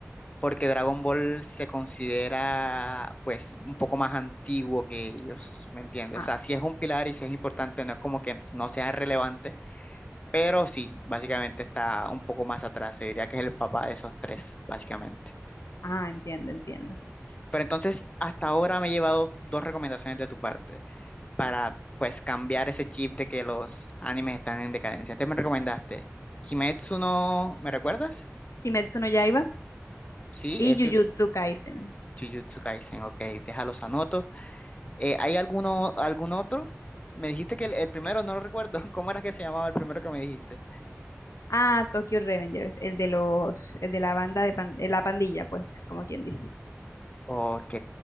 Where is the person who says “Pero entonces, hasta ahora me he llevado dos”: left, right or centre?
Left